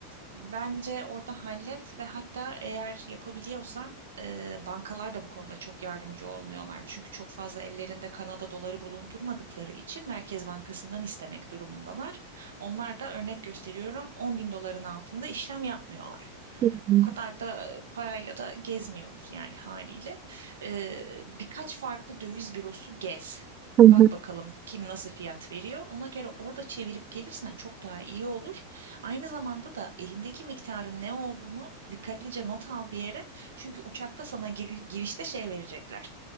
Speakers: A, on the right (about 75°); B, on the right (about 35°).
A: Bence orada hallet ve hatta eğer yapabiliyorsan e, bankalar da bu konuda çok yardımcı olmuyorlar. Çünkü çok fazla ellerinde Kanada doları bulundurmadıkları için Merkez Bankası'ndan istemek durumundalar. Onlar da örnek gösteriyorum 10 bin doların altında işlem yapmıyorlar.
B: Hı
A: O
B: hı,
A: kadar da parayla da gezmiyoruz yani haliyle. E, birkaç farklı döviz bürosu gez.
B: hı
A: Bak bakalım kim nasıl fiyat veriyor. Ona göre orada çevirip gelirsen çok daha iyi olur. Aynı zamanda da elindeki miktarın ne olduğunu dikkatlice not al bir yere. Çünkü uçakta sana gir- girişte şey verecekler.